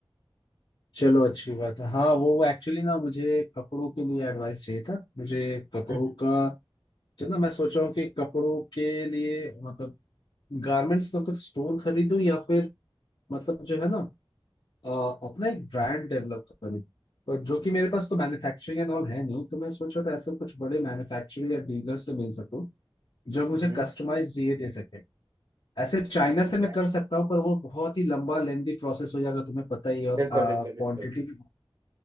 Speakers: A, on the left; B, on the right.
A: चलो अच्छी बात है हाँ वो एक्चुअली ना मुझे कपड़ों के लिए एडवाइस चाहिए था मुझे कपड़ों
B: हम्म
A: का जो ना मैं सोच रहा हूँ कि कपड़ों के लिए मतलब गारमेंट्स का कुछ स्टोर खरीदूं या फिर मतलब जो है ना अ, अपना एक ब्रांड डेवलप करूं पर जो कि मेरे पास तो मैन्युफैक्चरिंग एंड ऑल है नहीं तो मैं सोच रहा था ऐसे कुछ बड़े मैन्युफैक्चरर या डीलर से मिल सकूं जो मुझे
B: हम्म, हम्म,
A: कस्टमाइज ये दे सके ऐसे चाइना
B: ठीक
A: से मैं
B: है
A: कर सकता हूँ पर वो बहुत ही लंबा लेंदी प्रोसेस हो जाएगा तुम्हें पता ही है और
B: बिल्कुल
A: क्वांटिटी
B: बिल्कुल बिल्कुल
A: भी